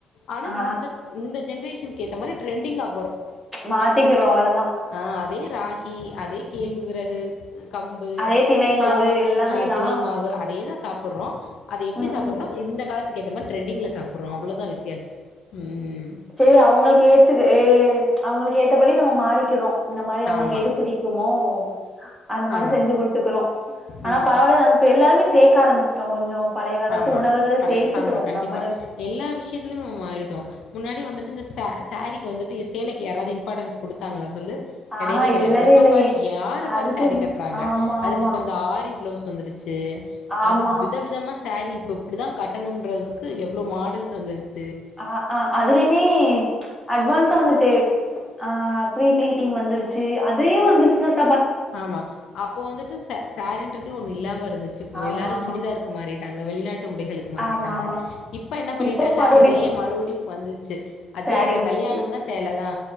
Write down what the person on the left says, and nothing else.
ஆனா
இந்த இந்த ஜென்ரேஷனுக்கு ஏத்த மாரி டிரெண்டிங்கா
ஆ அதே ராகி அதே கேழ்விறகு கம்பு,
சோளம்
அ
தினை மாவு அதேதா சாப்புறோ அது எப்டி
சாப்றோனா
இந்த காலத்து எதமன் ட்ரெண்டிங்ல சாப்றோ அவ்ளோதா வித்யாசோ ம்
ஆமா
ஆமா
ம்
ஆமா
பழைய
ஆமா கண்டிப்பா
எல்லா விஷியத்திலமே நம்ம மாறிட்டோ முன்னாடி வந்துட்டு இந்த ச சாரீக்கு வந்துட்டு சேலைக்கு யாராவது இம்பார்டன்ஸ் குடுத்தாங்ளா சொல்லு
கெடையவே கெடையாது
இப்ப
பாரு யார
பாரு சாரி
கட்டுறாங்க
அதுக்கு
இப்ப அந்த ஆரி பிளவுஸ் வந்திருச்சு து
அதுக்கு வித விதமா ரி இப்ப இப்டிதா கட்டணும்ன்றதுக்கு எவ்ளோ மாடல் வந்துருச்
ஆமா அப்போ வந்துட்டு சே சேரின்றதே ஒண்ணு இல்லாம இருந்துச்சு
எல்லாரு
சுடிதார்க்கு மாறி டாங்க வெளிநாட்டு உடைகளுக்கு மாறிட்டாங்க
இப்ப என்ன பண்ணிட்டாங்க
அதையே மறுவ்டி வந்துச்சு அதுவே
இப்ப
கல்யாணம்னா சேலதா